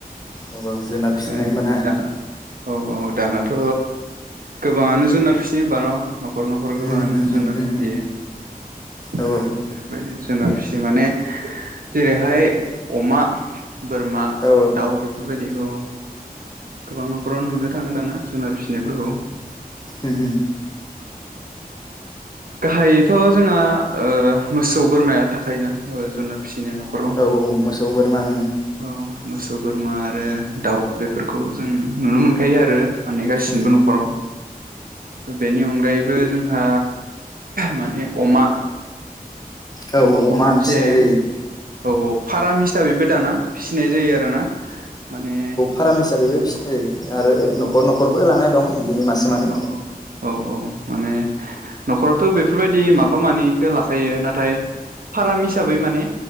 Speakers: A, on the left; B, on the right.
A: औ औ जुनार फिसिनाय
B: ओ
A: होमबा ना
B: दाना औ औ दानाथ' गोबाङानो जुनार फिसियो होमबा न' न'खर न'खर गोबाङानो
A: उम
B: जुनार
A: उम उम
B: फिसियो
A: उम औ
B: ओ बेफोरबायदिनो जुनार माने जेरैहाय अमा बोरमा
A: औ
B: दाउ बेफोरबायदिखौ गोबां न'खरावनो नुनो थाङो दाना जुनार फिसिनायफोरखौ ओ
A: उम उम <inaudible>
B: गाहायैथ' जोंहा ओ मोसौ बोरमाया थाखायोना ओ जुनाद फिसिनाया न'खराव
A: औ औ मोसौ बोरमा उम
B: औ मोसौ बोरमा आरो दाउ बेफोरखौ जों नुनो मोनखायो आरो माने गासिनिबो
A: उम
B: न'खराव बेनि अनगायैबो जोंहा माने अमा
A: औ
B: अमाखौ
A: अमा
B: मोनसे
A: फिसिनाय जायो
B: औ औ फाराम हिसाबैबो दाना फिसिनाय जायो आरो ना माने
A: फाराम हिसाबैबो
B: न'खर
A: फिसिनाय जायो आरो
B: औ
A: न'खर न'खरबो लानाय दं बिनि मासे मानै
B: औ औ औ माने न'खरावथो बेफोरबायदि माफा मानैखो लाखायो नाथाय फाराम हिसाबै माने